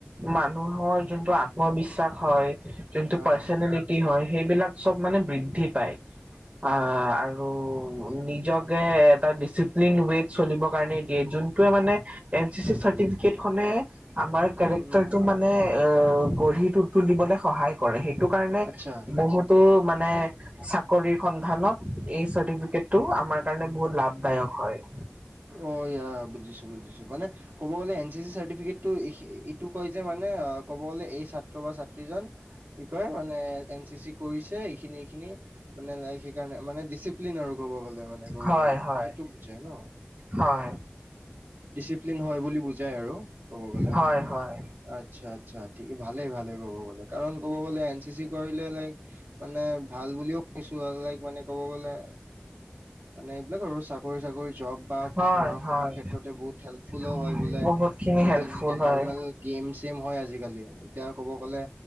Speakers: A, on the right; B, on the right.
A: মানুহৰ যোনটো আত্মবিশ্বাস হয় যোনটো পাৰ্চনেলিটি
B: হা।
A: পাৰ্চনেলিটি হয় সেইবিলাক চব মানে বৃদ্ধি পায়। অ' আৰু নিজকে এটা ডিচিপ্লিন উইথ চলিব কাৰণে দিয়ে যোনটোৱে মানে এন চি চি চাৰ্টিফিকেট খনে আমাৰ কেৰেক্টাৰটো
B: উম উম। উম।
A: মানে অ' গঢ়ি তু তুলিবলে সহায় কৰে সেইটো কাৰণে
B: আচ্ছা
A: বহুতো মানে চাকৰি সন্ধানত এই চাৰ্টিফিকেটটো আমাৰ কাৰণে বহুত লাভদায়ক হয়।
B: অ' ইয়া বুজিছোঁ-বুজিছোঁ মানে ক'ব গ'লে এন চি চি চাৰ্টিফিকেটটো এইটো কয় যে মানে ক'ব গ'লে এই ছাত্ৰ বা ছাত্ৰীজন কি কয় মানে এন চি চি কৰিছে। এইখিনি এইখিনি মানে লাইক সেইকাৰণে মানে ডিচিপ্লিন আৰু ক'ব গ'লে। মানে ক'ব
A: হয়
B: গ'লে
A: হয়
B: সেইটো বুজাই ন।
A: হয়।
B: ডিচিপ্লিন হয় বুলি বুজাই আৰু ক'ব গ'লে।
A: হয়, হয়,
B: আচ্ছা-আচ্ছা ঠিকে ভালে-ভালে ক'ব গ'লে কাৰণ ক'ব গ'লে এন চি চি কৰিলে লাইক মানে ভাল বুলিও শুনিছো আৰু লাইক মানে ক'ব গ'লে। মানে এইবিলাক আৰু চাকৰি ঝাকৰি জব বা
A: হয়,
B: পঢ়া
A: হয়,
B: শুনাৰ ক্ষেত্ৰতে বহুত হেল্পফুলো
A: উম,
B: হয় বোলে
A: বহুতখিনি
B: মানে
A: হেল্পফুল
B: যেনেকে
A: হয়।
B: নৰ্মেল গেম চেম হয় আজিকালি এতিয়া ক'ব গ'লে